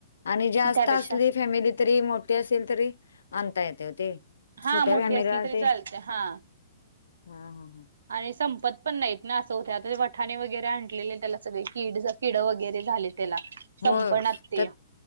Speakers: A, on the left; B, on the right.
A: आणि जास्त
B: त्यापेक्षा
A: असली फॅमिली तरी मोठी असेल तरी आणता ओ येते ते!
B: हा
A: छोट्या
B: मोठी
A: फॅमिलीला
B: असली तरी
A: ते
B: चालत्या हा
A: हा हा हा!
B: आणि संपत पण नाहीत ना असं होतं आता वठाणे वगैरे आणलेले त्याला सगळे कीड किड वगैरे झाले! त्याला
A: होय
B: संपनातं ते
A: त्यात